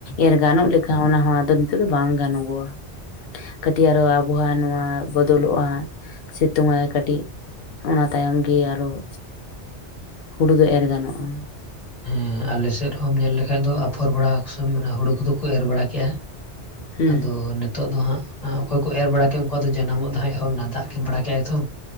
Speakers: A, on the left; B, on the left.
A: ᱮᱨ ᱜᱟᱱᱚᱜ ᱞᱮᱠᱟ ᱦᱚᱸ ᱚᱱᱟ ᱦᱚᱸ ᱟᱫᱚ ᱱᱤᱛᱚᱜ ᱫᱚ ᱵᱟᱝ ᱜᱟᱱᱚᱜᱚᱜᱼᱟ᱾ ᱠᱟᱹᱴᱤᱡ ᱟᱨᱦᱚ ᱟᱵᱚ ᱦᱟᱸᱜ ᱱᱚᱣᱟ ᱵᱚᱫᱚᱞᱚᱜᱼᱟᱸ, ᱥᱤᱛᱩᱝ ᱟᱭ ᱠᱟᱹᱴᱤᱜ ᱚᱱᱟ ᱛᱟᱭᱚᱢ ᱜᱮ ᱟᱨᱚᱜ ᱦᱩᱲᱩ ᱫᱚ ᱮᱨ ᱜᱟᱱᱚᱜᱼᱟ᱾
B: ᱦᱩᱸ ᱟᱞᱮᱥᱮᱫ ᱨᱮᱦᱚᱸᱢ ᱧᱮᱞ ᱞᱮᱠᱷᱟᱡ ᱫᱚ ᱟᱯᱷᱚᱨ ᱵᱟᱲᱟ ᱠᱚ ᱥᱚᱢᱚᱭ ᱚᱱᱟ ᱦᱩᱲᱩ ᱠᱚᱫᱚ ᱠᱚ ᱮᱨ ᱵᱟᱲᱟ ᱠᱮᱜᱼᱟ᱾
A: ᱦᱩᱸ
B: ᱟᱫᱚ ᱱᱮᱛᱚᱜ ᱫᱚ ᱦᱟᱸᱜ ᱟᱸ ᱚᱠᱚᱭ ᱠᱚ ᱮᱨ ᱵᱟᱲᱟ ᱠᱮᱜᱼᱟ ᱩᱱᱠᱩᱣᱟᱜ ᱫᱚ ᱡᱟᱱᱟᱢᱼᱚᱫ ᱦᱟᱸᱜ ᱮᱦᱚᱵ ᱮᱱᱟ, ᱫᱟᱜ ᱠᱮᱫ ᱵᱟᱲᱟ ᱠᱮᱜᱼᱟᱭ ᱛᱚ,